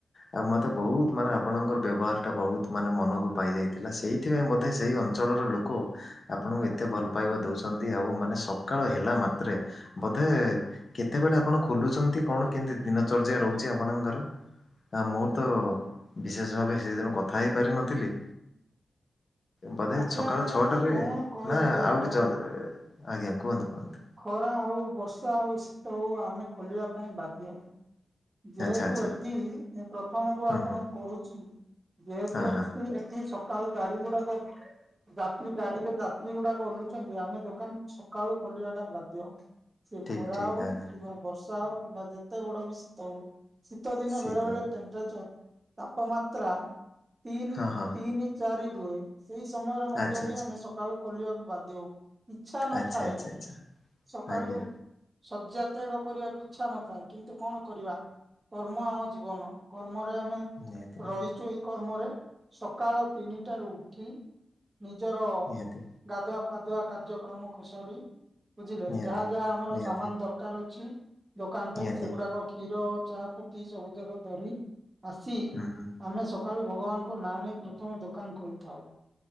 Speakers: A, on the left; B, on the right.
A: ଆଉ ମତେ ବୋହୁତ ମାନେ ଆପଣଙ୍କର ବ୍ୟବହାର ଟା ବୋହୁତ ମାନେ ମନକୁ ପାଇଯାଇଥିଲା, ସେଇଥିପାଇଁ ବୋଧେ ସେଇ ଅଞ୍ଚଳର ଲୋକ ଆପଣଙ୍କୁ ଏତେ ଭଲ ପାଇବା ଦୋଉଚନ୍ତି, ଆଉ ମାନେ ସକାଳ ହେଲା ମାତ୍ରେ ବୋଧେ କେତେବେଳେ ଆପଣ ଖୋଲୁଚନ୍ତି, କଣ କେମିତି ଦିନଚର୍ଯ୍ୟା ରହୁଚି ଆପଣଙ୍କର ଆ ମୋରତ ବିଶେଷ ଭାବେ ସେଦିନ କଥା ହେଇ ପାରିନଥିଲି। ବୋଧେ
B: ଆଜ୍ଞା
A: ଛକାଳ ଛଅଟା ରେ
B: କଣ କହିବି
A: ନା
B: ଆଜ୍ଞା
A: ଆଉରି ଜଲ୍ ଆଜ୍ଞା। କୁହନ୍ତୁ କୁହନ୍ତୁ।
B: ଖରା ହୋଉ ବର୍ଷା ହୋଉ ଶୀତ ହୋଉ ଆମେ ଖୋଲିବା ପାଇଁ ବାଧ୍ୟ ହୋଉ। ଯେହେତୁ
A: ଆଚ୍ଛା ଆଚ୍ଛା
B: ଏଠି ମୁଁ ପ୍ରଥମକୁ
A: ହୁଁ
B: ଆପଣଙ୍କୁ
A: ହୁଁ
B: କୋହୁଚି, ଯେହେତୁ
A: ହଁ ହଁ
B: ଏଠି ସକାଳୁ ଗାଡି ଗୁଡାକ ଯାତ୍ରୀ ଗାଡିରେ ଯାତ୍ରୀ ଗୁଡା ଓହ୍ଲୁଚନ୍ତି ଆମେ ଦୋକାନ ସକାଳୁ ଖୋଲିବାଟା ବାଧ୍ୟ। ସେ
A: ଠିକ୍
B: ଖରା
A: ଠିକ୍
B: ହୋଉ
A: ଆଜ୍ଞା
B: କିମ୍ବା ବର୍ଷା ହୋଉ। କିମ୍ବା ଯେତେ ବଡ। <unintelligible> ଶୀତ ଦିନ
A: ସିଏ
B: ବେଳେ
A: ତ
B: ବେଳେ ଟେମ୍ପରେଚର ତାପମାତ୍ରା ତିନି,
A: ହଁ ହଁ
B: ତିନି ଚାରି <unintelligible> ସେଇ ସମୟରେ ମଧ୍ୟ
A: ଆଚ୍ଛା
B: ବି ଆମେ ସକାଳୁ। ଖୋଲିବାକୁ ବାଧ୍ୟ ହୋଉ। ଇଚ୍ଛା ନଥାଏ
A: ଆଚ୍ଛା ଆଚ୍ଛା ଆଚ୍ଛା ଆଚ୍ଛା
B: ସକାଳୁ
A: ଆଜ୍ଞା
B: ଶଯ୍ୟା ତ୍ୟାଗ କରିବାକୁ ଇଚ୍ଛା ନଥାଏ କିନ୍ତୁ କଣ କରିବା କର୍ମ ଆମ ଜୀବନ କର୍ମ ଆମେ
A: ନିହାତି ନିହାତି
B: ରହିଚୁ ଏଇ କର୍ମରେ ସକାଳ ତିନିଟାରୁ ଉଠି ନିଜର
A: ନିହାତି
B: ଗାଧୁଆ ପାଧୁଆ କାର୍ଯ୍ୟକ୍ରମକୁ ସରି ବୁଝିଲେ
A: ନିହାତି
B: ଯାହା ଯାହା ଆମର
A: ନିହାତି
B: ସାମାନ ଦରକାର ଅଛି। ଦୋକାନ ପାଇଁ
A: ନିହାତି
B: ସେଗୁଡାକ କ୍ଷୀର ଚାହା ପତି ସବୁ ଯାକ ଧରି ଆସି ଆମେ
A: ହୁଁ ହୁଁ
B: ସ ସକାଳୁ ଭଗବାନଙ୍କ ନାଁ ନେଇ ପ୍ରଥମେ ଦୋକାନ ଖୋଲିଥାଉ।